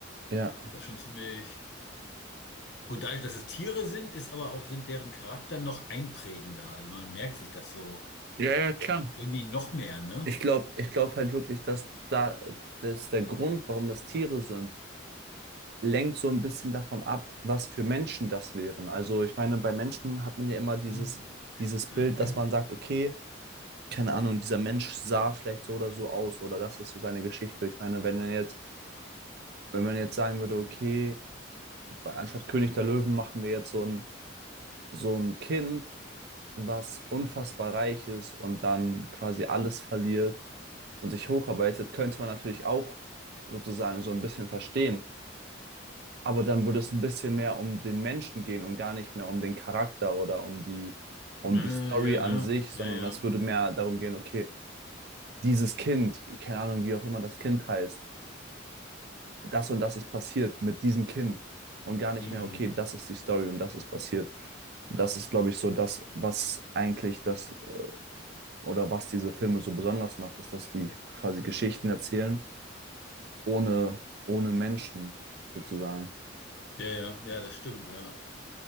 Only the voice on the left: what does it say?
Das ist schon ziemlich, Und dadurch, dass es Tiere sind, ist aber auch sind deren Charakter noch einprägender. Also man merkt sich das so
irgendwie noch mehr, ne?
Hm.
<clears throat>
Äh,
ja,
ne?
Ja, ja.
Hm.
Ja, ja, ja, das stimmt, ja.